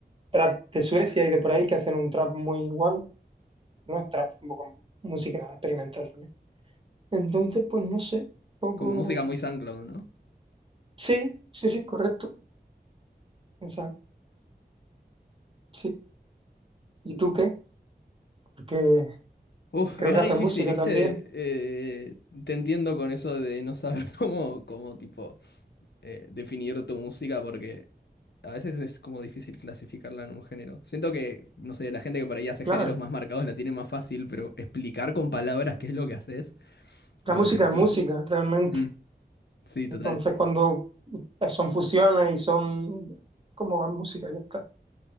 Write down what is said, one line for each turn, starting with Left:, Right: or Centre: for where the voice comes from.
Right: trap de Suecia y de por ahí que hacen un trap muy guay, no es trap, un poco música experimental también. Entonces, pues no sé, poco,
Left: Como música muy SoundCloud, ¿no?
Right: sí, sí, sí, correcto, esa, sí. ¿Y tú qué? Porque
Left: Uf,
Right: creo
Left: es
Right: que
Left: re
Right: haces
Left: difícil,
Right: música
Left: ¿viste?
Right: también.
Left: Eh, te entiendo con eso de no saber <laughs> cómo, cómo tipo, eh, definir tu música, porque a veces es como difícil clasificarla en un género. Siento que, no sé, la gente que por ahí hace
Right: Claro,
Left: géneros más marcados la tiene más fácil, pero explicar con palabras qué es lo que haces cuando
Right: la música
Left: tenés
Right: es
Left: como...
Right: música, realmente.
Left: Mm, sí, total.
Right: Entonces, cuando eh, son fusiones y son como música, ya está.